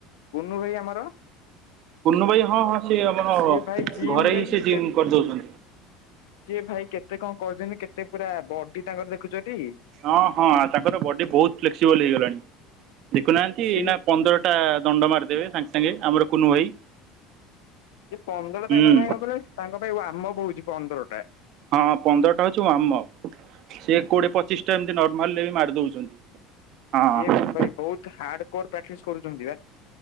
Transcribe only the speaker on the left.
କୁନୁ ଭାଇ ଆମର।
ସିଏ ଭାଇ ଜିମ୍
ଯାଇକି
କେ
ସିଏ ଭାଇ କେତେ କଣ କରୁଚନ୍ତି କେତେ ପୁରା ବଡି ତାଙ୍କର ଦେଖୁଚ ଟି?
ସି
ଯେ ପନ୍ଦରଟା
ତାଙ୍କ ପାଇଁ କଣ କହିଲେ ତାଙ୍କ ପାଇଁ ଆମ ବହୁଛି ପନ୍ଦରଟା।
ସିଏ
ଭାଇ ବହୁତ ହାର୍ଡ କୋର ପ୍ରାକ୍ଟିସ କରୁଛନ୍ତି ବା।